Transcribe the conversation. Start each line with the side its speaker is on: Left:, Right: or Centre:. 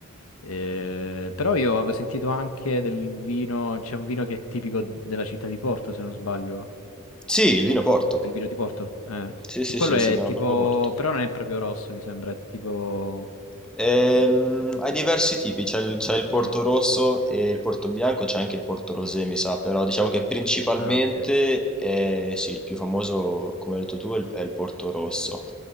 Left: Eh, però io avevo sentito anche del vino, c'è un vino che è tipico della città di Porto, se non sbaglio,
Centre: Sì, il vino Porto.
Left: il vino di Porto. eh.
Centre: Sì, sì,
Left: E quello
Centre: sì,
Left: è
Centre: si chiama
Left: tipo,
Centre: proprio Porto.
Left: però non è proprio rosso, mi sembra, è tipo...
Centre: Ehm, hai diversi tipi, c'è il, c'è il Porto
Left: Mm.
Centre: Rosso e il Porto Bianco, c'è anche il Porto Rosé, mi sa, però diciamo che principalmente
Left: Ah, ok.
Centre: è, sì, il più famoso, come hai detto tu, è il, è il Porto Rosso.